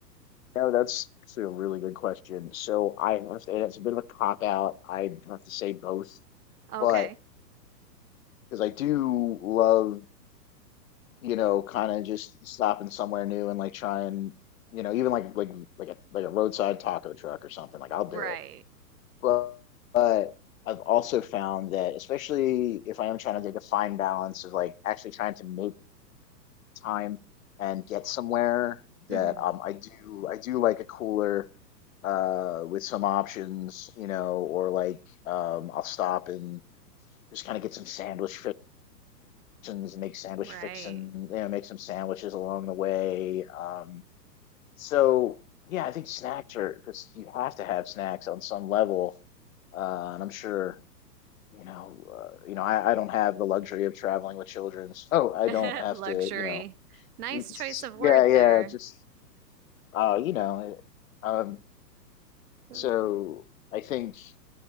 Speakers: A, on the left; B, on the right.
A: No, that's actually a really good question. So I have to, and it's a bit of a cop out. I have to say both,
B: Okay.
A: but because I do love, you know, kind of just stopping somewhere new and like trying, you know, even like like like a like a roadside taco truck or something. Like I'll
B: Right.
A: do it. But but I've also found that especially if I am trying to take a fine balance of like actually trying to make time and get somewhere
B: hmm
A: that um I do I do like a cooler uh with some options, you know, or like um I'll stop and just kind of get some sandwich and make sandwich
B: Right.
A: fixin', you know, make some sandwiches along the way. Um, so yeah, I think snacks are just you have to have snacks on some level. Uh, and I'm sure you know, uh, you know, I, I don't have the luxury of traveling with children. s- Oh, I
B: <laughs>
A: don't have
B: Luxury.
A: to, you know,
B: Nice
A: it's-
B: choice of word
A: yeah, yeah,
B: there.
A: just uh, you know, uh, um,
B: Oh.
A: so I think